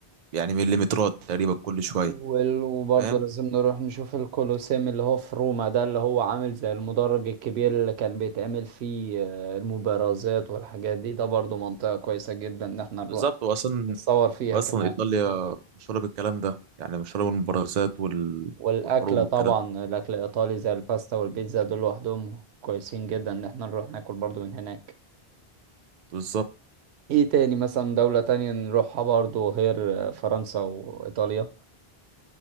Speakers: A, on the right (about 55°); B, on the right (about 90°).
A: يعني مليمترات تقريبا كل شوية
B: وال- وبرضه
A: فاهم
B: لازم نروح نشوف الكولوسيوم اللي هو في روما ده اللي هو عامل زي المدرج الكبير اللي كان بيتعمل فيه آه، المبارزات والحاجات دي ده برضه منطقة كويسة جدا ان احنا نروح
A: بالظبط وأصلا
B: نتصور فيها
A: وأصلا
B: كمان
A: إيطاليا مشهورة بالكلام ده يعني مشهورة بالمبارزات وال...
B: والاكل
A: والحروب والكلام
B: طبعا
A: ده.
B: الاكل الايطالي زي الباستا والبيتزا دول لوحدهم كويسين جدا ان احنا نروح ناكل برضو من هناك
A: بالظبط
B: ايه تاني مثلا دولة تانية نروحها برضو غير فرنسا وايطاليا